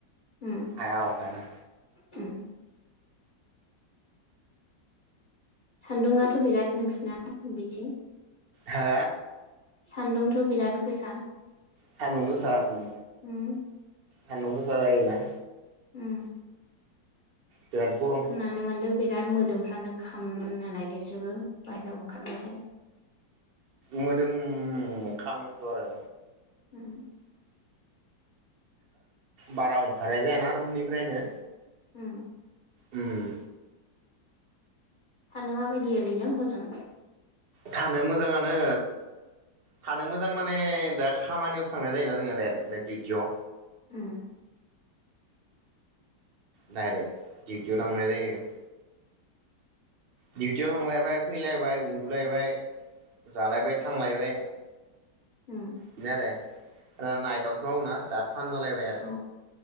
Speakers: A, on the left (about 35°); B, on the right (about 40°).
A: उम
B: हाया ओंखायनो
A: उम सान्दुङाथ' बिराद नोंसिना बिथिं
B: हा
A: सान्दुंथ' बिराद गोसा
B: सानदुं गोसा ओं
A: उम
B: सानदुं गोसा जायोना
A: उम
B: बिराद गरम
A: खोनानो मोनदों बिराद मोदोमफ्रानो खामनो नागिरजोबो बाहेरायाव ओंखारबाथाय
B: मोदोम खामोथ' आरो
A: हम
B: बारा ओंखारनाय जायाना रुमनिफ्रायनो
A: उम
B: उम
A: थानो माबायदि ओरैनो हजों
B: थानो मोजाङानो थानो मोजां माने दा खामानियाव थांनाय जायोना जोङो डाइरेक्टलाय डिउटियाव
A: उम
B: डायरेक्ट डिउटियाव थांनाय जायो डिउटियाव थांलायबाय फैलायबाय उन्दुलायबाय जालायबाय थांलायबाय
A: उम
B: बिदिनो आरो नाइटआवसो मावो ना दा सानजालायबाय आरो
A: अ